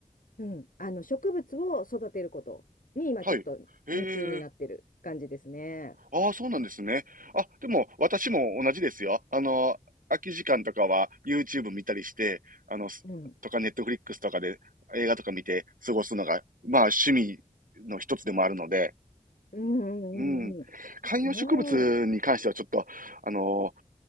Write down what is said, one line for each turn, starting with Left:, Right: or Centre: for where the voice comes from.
Left: うん、あの、植物を育てることに、今、
Right: はい。
Left: ちょっと夢中になってる感じですね。
Right: へえ。ああ、そうなんですね。あ、でも、私も同じですよ。あの、空き時間とかは YouTube 見たりして、あの、すとか
Left: うん。
Right: Netflix とかで映画とか見て過ごすのが、まあ趣味の一つでもあるので、
Left: うん、うん、
Right: うん。
Left: うんうん。
Right: 観葉植物に関してはちょっと、
Left: そ
Right: あの、